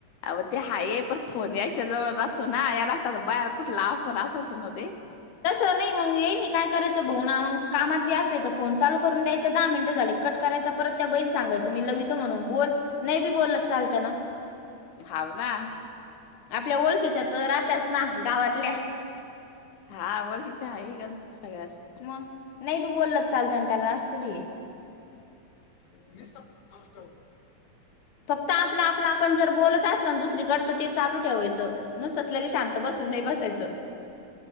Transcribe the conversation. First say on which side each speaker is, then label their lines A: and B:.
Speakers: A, on the left; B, on the left.
A: अहो ते हाय पर फोन यायच्या जवळ तू ना यायलाटता त बाहेर कुठला आपण अस होतो न ते
B: तसं नाही मग येई नाही, काय करायचं भाऊंना मग कामात बी असते तर फोन चालू करून द्यायचं दहा मिनिटं झाले कट. करायचा परत त्या बाईला सांगायचं मी लवितो म्हणून बोल नाही बी बोललत चालतं ना.
A: होऊ ना.
B: आपल्या ओळखीच्या तर राहतच ना गावातल्या
A: हां आवडीच्यां आहे यांचं सगळ्यांस
B: नाहीं बी बोललं चालतं त्यांला असं थोडी है.
A: मी सबं टवं टवं.
B: फक्तं आपलां आपलां आपणं जर बोलतं असलं नां दुसरीकडं तरं ते चालूं ठेवायचं न तसलं की शांत बसं. नाही बसायचं.